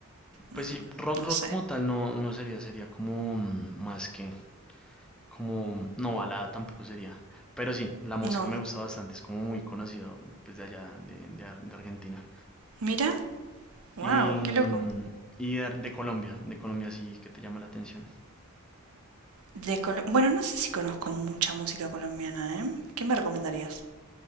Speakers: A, in the centre; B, on the right.
A: Pues
B: mm,
A: sí, rock,
B: no
A: rock
B: sé.
A: como tal no, no sería. Sería como mm, más que. Como. No, balada tampoco sería. Pero sí, La Mosca
B: No.
A: me gusta bastante. Es como muy conocido, pues de allá, de, de Ar- de Argentina.
B: Mira, wow,
A: y, mm,
B: qué loco.
A: y de, de Colombia, de Colombia sí que te llama la atención.
B: De Colo- bueno, no sé si conozco mucha música colombiana, ¿eh? ¿Qué me recomendarías?